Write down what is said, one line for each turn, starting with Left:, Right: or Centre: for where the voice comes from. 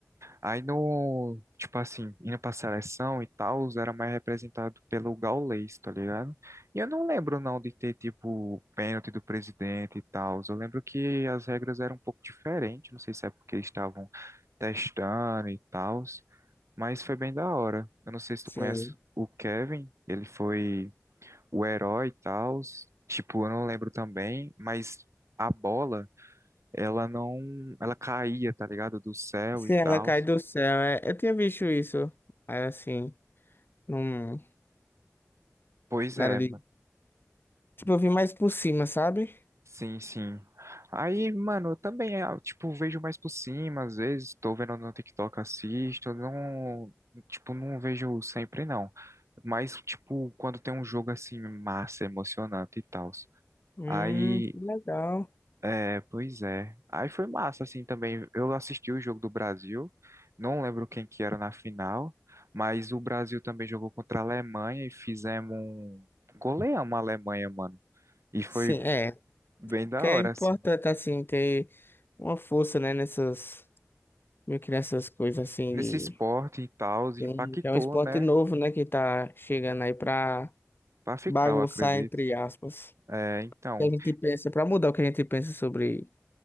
Right: Aí no, tipo assim, indo pra seleção e tal, era mais representado pelo Gaules, tá ligado? E eu não lembro não de ter, tipo, pênalti do presidente e tal. Eu lembro que as regras eram um pouco diferentes, não sei se é porque eles estavam testando e tal, mas foi bem da hora. Eu não sei se tu
Left: Sim.
Right: conhece o Kevin, ele foi o herói e tal. Tipo, eu não lembro também, mas a bola, ela não, ela caía, tá ligado? Do céu
Left: Se
Right: e
Left: ela
Right: tal.
Left: cai do céu. É... Eu tinha visto isso. Mas assim, não.
Right: Pois
Left: Nada
Right: é,
Left: de.
Right: mano.
Left: Tipo, eu vi mais por cima, sabe?
Right: Sim, sim. Aí, mano, eu também, ah, tipo, vejo mais por cima, às vezes, tô vendo no TikTok, assisto, não, tipo, não vejo sempre, não. Mas, tipo, quando tem um jogo, assim, massa, emocionante e tal.
Left: Hum,
Right: Aí,
Left: que legal.
Right: é, pois é. Aí foi massa, assim, também. Eu assisti o jogo do Brasil, não lembro quem que era na final, mas o Brasil também jogou contra a Alemanha e fizemos um... Goleamos a Alemanha, mano. E foi
Left: Sim, é.
Right: bem da
Left: Que é
Right: hora,
Left: importante,
Right: assim.
Left: assim, ter uma força, né, nessas. meio que nessas coisas assim
Right: nesse
Left: de.
Right: esporte e tal, impactou,
Left: Sim, que é um esporte
Right: né?
Left: novo, né? Que tá chegando aí pra
Right: Pra ficar,
Left: bagunçar,
Right: eu acredito.
Left: entre aspas.
Right: É, então,
Left: Que a gente pensa, pra mudar o que a gente pensa sobre